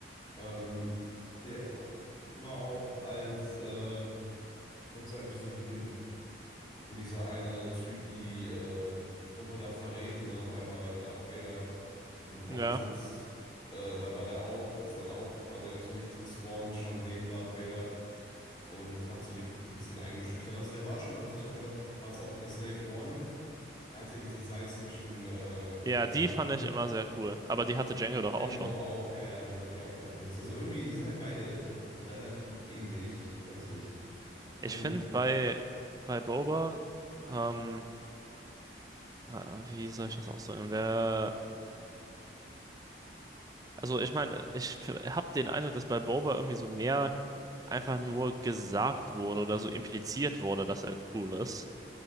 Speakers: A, on the left; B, on the right.
A: Ähm, der <clears throat> war auch als, äh, ich glaube, das war Episode 5, wo dieser eine Typ die äh, Gruppe da verrät und dann auf einmal Darth Vader im Raum
B: ja.
A: sitzt. Äh, da war der auch, ist dann auch quasi aus dem Nichts gespawnt, stand neben Darth Vader und hat so die Gruppe ein bisschen eingeschüchtert. Also der war schon an sich auch relativ krass, auch mit der Slave One. Der hat ja diese seismischen äh,
B: Ja,
A: Granaten,
B: die fand ich immer sehr cool, aber die
A: Und
B: hatte Django doch auch
A: Django
B: schon.
A: auch, ja, ja, die hat die auch mal benutzt. Also irgendwie, die sind halt beide relativ ähnlich. Ich weiß nicht. Ich
B: Ich
A: meine,
B: finde bei, bei Boba, ähm, äh, wie soll ich das ausdrücken? Der, also ich meine, ich habe den Eindruck, dass bei Boba irgendwie so mehr einfach nur gesagt wurde oder so impliziert wurde, dass er cool ist.